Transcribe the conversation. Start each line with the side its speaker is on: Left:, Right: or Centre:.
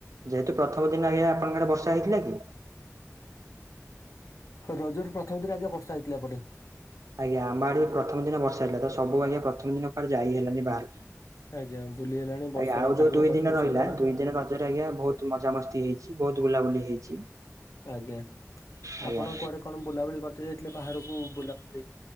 Right: ଯେହେତୁ ପ୍ରଥମ ଦିନ ଆଜ୍ଞା ଆପଣଙ୍କ ଆଡେ ବର୍ଷା ହେଇଥିଲା କି?
Left: ରଜରେ ପ୍ରଥମ ଦିନ ଆଜ୍ଞା ବର୍ଷା ହେଇଥିଲା ଏପଟେ।
Right: ଆଜ୍ଞା ଆମ ଆଡେ ପ୍ରଥମ ଦିନ ବର୍ଷା ହେଲା ତ ସବୁ ଆଜ୍ଞା ପ୍ରଥମ ଦିନ କୁଆଡେ ଯାଇ ହେଲାନି ବାହାରକୁ।
Left: ଆଜ୍ଞା ବୁଲି ହେଲାଣି ବର୍ଷାରେ
Right: ଆଜ୍ଞା ଆଉ
Left: କାଦୁଅ
Right: ଯୋଉ ଦୁଇ
Left: ପଚ
Right: ଦିନ
Left: ପଚ
Right: ରହିଲା
Left: ହେଇଗଲା
Right: ଦୁଇ ଦିନ ରଜର ଆଜ୍ଞା ବହୁତ ବହୁତ ମଜାମସ୍ତି ହେଇଛି ବହୁତ ବୁଲାବୁଲି ହେଇଛି।
Left: ଆଜ୍ଞା
Right: ଆଜ୍ଞା।
Left: ଆପଣ କୁଆଡେ କଣ ବୁଲାବୁଲି କରିତେ ଯାଇଥିଲେ ବାହାରକୁ ବୁଲାବୁଲି